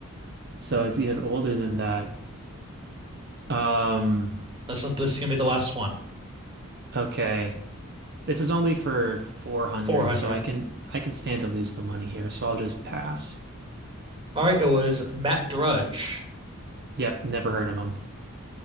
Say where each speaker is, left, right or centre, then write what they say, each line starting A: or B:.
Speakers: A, on the right; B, on the right.
A: so it's even older than that. Um,
B: This is, this is gonna be the last one.
A: Okay. This is only for 400,
B: 400.
A: so I can I can stand to lose the money here, so I'll just pass.
B: All right, it was Matt Drudge.
A: Yep, never heard of them.